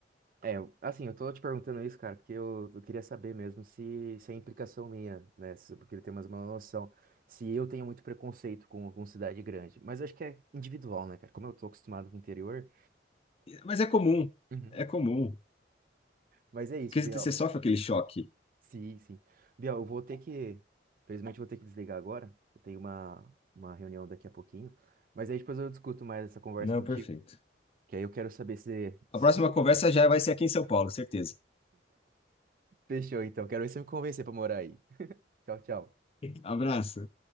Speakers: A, on the right; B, on the left.
A: É, eu- assim, eu tô te perguntando isso, cara, porque eu, eu queria saber mesmo se, se é implicação minha, né? se- porque ele tem mais uma noção. Se eu tenho muito preconceito com, com cidade grande. Mas acho que é individual, né, cara? Como eu tô acostumado com o interior.
B: Mas é comum,
A: Uhum.
B: é comum.
A: Mas é isso,
B: Porque
A: Biel.
B: você sofre aquele choque.
A: Sim, sim. Bia, eu vou ter que. Infelizmente, eu vou ter que desligar agora. Eu tenho uma, uma reunião daqui a pouquinho. Mas aí depois eu discuto mais essa conversa
B: Não,
A: contigo.
B: perfeito.
A: Que aí eu quero saber se, se
B: A próxima conversa já vai ser aqui em São Paulo, certeza.
A: fechou, então. Quero ver se você me convencer pra morar aí. <laughs> Tchau, tchau.
B: Abraço.